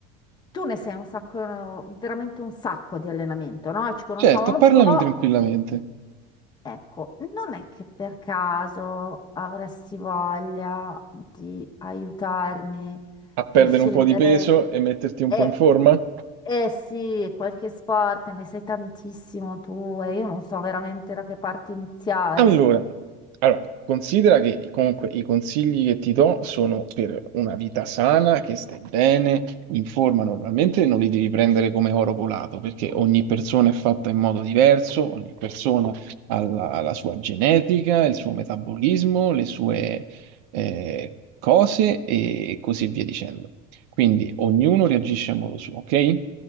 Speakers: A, on the left; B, on the right.
A: tu ne sei un sacco, veramente un sacco di allenamento, no? Ci conosciamo
B: certo,
A: un
B: parlami
A: po'.
B: tranquillamente.
A: Ecco, non è che per caso avresti voglia di aiutarmi
B: A perdere
A: a scegliere...
B: un po' di peso e metterti un
A: Eh,
B: po' in forma?
A: eh sì, qualche sport, ne sai tantissimo tu e io non so veramente da che parte iniziare.
B: Allora, allora, considera che comunque i consigli che ti do sono per una vita sana, che stai bene, in forma normalmente, non li devi prendere come oro colato, perché ogni persona è fatta in modo diverso, ogni persona ha la, ha la sua genetica, il suo metabolismo, le sue eh, cose e così via dicendo. Quindi ognuno reagisce a modo suo, ok?